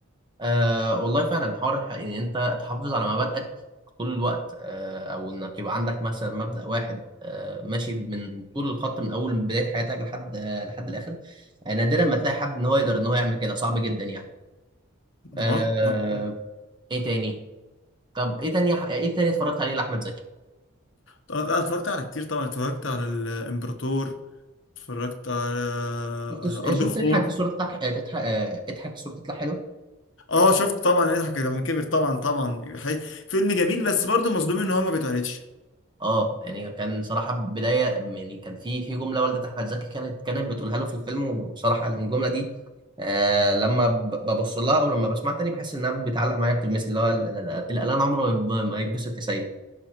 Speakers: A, on the right (about 20°); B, on the left (about 60°).
A: آه والله فعلا حوار الح- ان انت تحافظ على مبادئك طول الوقت آه او انك يبقى عندك مثلا مبدأ واحد آه ماشي من طول الخط من اول بداية حياتك لحد آه لحد الاخر آه نادرا ما تلاقي حد ان هو يقدر ان هو يعمل كده صعب جدا يعني آه
B: اه مظبوط
A: ايه تاني طب ايه تاني ايه تاني اتفرجت عليه لاحمد زكي
B: طبعاً انا اتفرجت على كتير طبعا اتفرجت على الامبراطور اتفرجت على آه،
A: شفت
B: ارض
A: شفت
B: الخوف
A: اضحك الصورة تضحك آه، تضحك آه، اضحك الصورة تطلع حلوة
B: اه شفت طبعا يضحك لما كبر طبعا طبعا حي- فيلم جميل بس برضه مظلوم ان هو ما بيتعرضش
A: اه يعني كان صراحة بداية يعني كان في في جملة والدة أحمد زكي كانت كانت بتقولها له في الفيلم وصراحة يعني الجملة دي آه لما ب- ببص لها أو لما بسمعها تاني بحس إنها بتعلق معايا بتلمسني اللي هو ال- ال- ال- الإعلان عمره ما ما يتبسط يا سيد